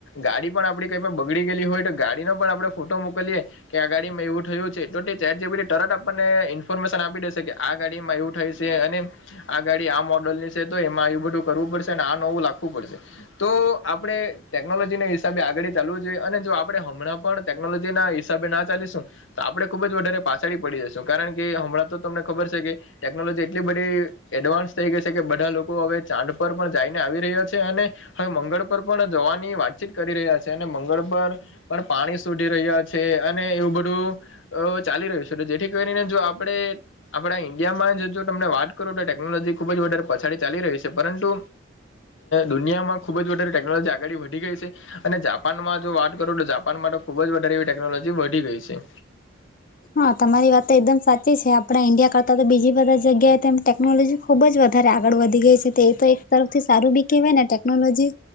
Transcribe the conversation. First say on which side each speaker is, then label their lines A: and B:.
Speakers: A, on the left; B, on the left.
A: ગાડી પણ આપડી કઈ બગડી ગયેલી હોય તો ગાડીનો પણ આપડણે ફોટો મોકલીએ કે આ ગાડીમાં એવું થયું છે તો તે ચેટ જીપીટી તરત આપણને ઇન્ફોર્મેશન આપી દેશે કે આ ગાડી માં એવું થાય અને આ ગાડી આ મોડલ ની છે તો એમાં એવુ બધું કરવું પડશે અને આ નવું લખવું પડશે. તો આપણે ટેકનોલોજી ના હિસાબે આગળ ચાલવું જોઈએ અને જો આપણે હમણાં પણ ટેકનોલોજી ના હિસાબે ના ચાલીશું તો આપડણે ખુબ જ વધારે પાછડી પડી જશું કારણ કે હમણાં તો તમને ખબર છે કે ટેકનોલોજી એટલી બધી એડવાન્સ થઈ ગઈ છે કે બધા લોકો હવે ચાંદ પર પણ જઈને આવી રહ્યા છે અને હવે મંગળ પર પણ જવાની વાતચીત કરી રહ્યા છે અને મંગળ પર પણ પા શોધી રહ્યા છે અને એવું બધું અ ચાલી રહ્યું છે જેથી કરીને જો આપણેે આપડા ઈન્ડિયામાં જો તમને વાત કરું તો ટેકનોલોજી ખુબ જ વધારે પછાડી ચાલી રહી છે પરંતુ દુનિયામાં ખૂબ જ વધારે ટેકનોલોજી આગળી વધી ગઈ છે. અને જાપાનમાં જો વાત કરું તો જાપાનમાં તો ખુબ જ વધારે એવી ટેકનોલોજી વધી ગઈ છે.
B: હા તમારી વાત તો એકદમ સાચી છે આપડા ઈન્ડિયા કરતા તો બીજી બધા જગ્યાએ તેમ ટે ટેકનોલોજી ખુબ જ વધારે આગળ વધી ગઈ છે તે એ તો એક તરફથી સારું બી કહેવાય ને ટેકનોલોજી